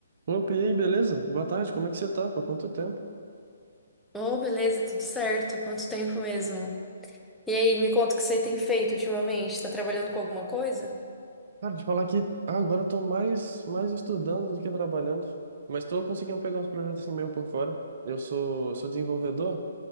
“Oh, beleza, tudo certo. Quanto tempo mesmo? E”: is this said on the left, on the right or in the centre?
Centre